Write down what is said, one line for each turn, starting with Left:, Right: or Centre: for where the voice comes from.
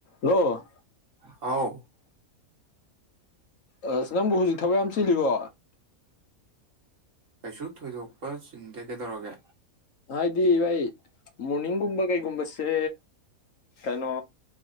Left: hello
Right: ꯍꯥꯎ
Left: ꯑꯁ ꯅꯪꯕꯨ ꯍꯧꯖꯤꯛ ꯊꯕꯛ ꯌꯥꯝ ꯆꯤꯜꯂꯤꯕꯣ
Right: ꯀꯩꯁꯨ ꯊꯣꯏꯗꯣꯛꯄ ꯆꯤꯟꯗꯦ ꯀꯩꯗꯧꯔꯒꯦ
Left: ꯍꯥꯏꯗꯤ ꯑꯩꯩ ꯃꯣꯔꯅꯤꯡꯒꯨꯝꯕ ꯀꯩꯒꯨꯝꯕꯁꯦ ꯀꯩꯅꯣ